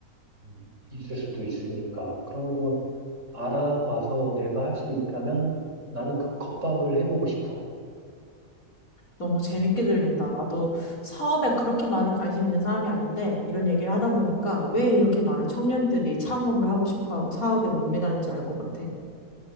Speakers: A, on the right; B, on the left.
A: 음, 있을 수도 있으니까 그런 거 알아봐서 내가 할 수 있다면 나는 그 컵밥을 해보고 싶어.
B: 너무 재밌게 들린다. 나도 사업에 그렇게 많은 관심 있는 사람이 아닌데, 이런 얘기를 하다 보니까 왜 이렇게 많은 청년들이 창업을 하고 싶어 하고 사업에 목매다는지 알 것 같아.